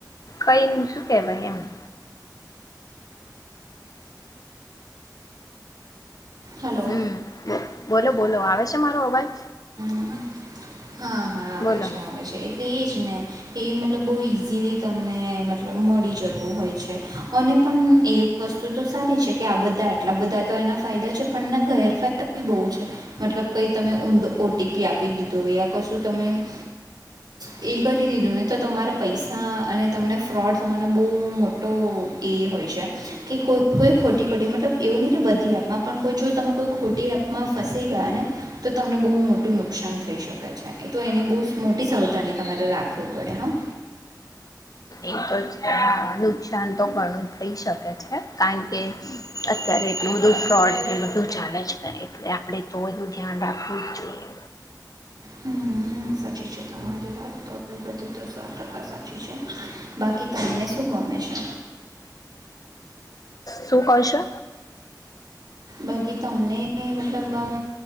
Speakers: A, on the left; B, on the right.
A: કઈ શું કેવાય એમ
B: હલો
A: હમ્મ બોલો બોલો આવે છે મારો અવાજ
B: અવાજ હા, હા. આવે
A: બોલો
B: છે આવે છે એટલે એજ ને. એ મતલબ બહુ ઇઝીલી તમને મતલબ મળી જતું હોય છે અને પણ એ વસ્તુ તો સારી છે કે આ બધા આટલા બધા તો એના ફાયદા છે પણ એના ગેરફાયદા બી બહુ છે મતલબ કંઈ તમે ઊંધો ઓ ટી પી આપી દીધો યા કશું તમે અ એ કરી દીધું ને તો તમારા પૈસા અને તમને ફ્રોડ હોવાનો બહુ મોટો એ હોય છે કે કોઈ કોઈ ખોટી ખોટી મતલબ એવું નહીં કે બધી એપમાં પણ કોઈ જો તમે કોઈ ખોટી એપમાં ફસી ગયા ને તો તમને બહુ મોટું નુકસાન થઈ શકે છે એ તો એની બહુ મોટી સાવધાની. તમારે રાખવું પડે હા.
A: એ તો જ. નકસાન તો ઘણું થઈ શકે છે કાણ કે અત્યારે એટલું બધું ફ્રોડ ને બધું ચાલે જ નહી એટલે આપણે તો એનું ધ્યાન રાખવું જ જોઈએ.
B: હમ્મ સાચી છે તમારી વાત તો બધી તો સો ટકા સાચું છે. બાકી તમને શું ગમે છે?
A: શું કરશો?
B: બાકી તમને મતલબમ આમ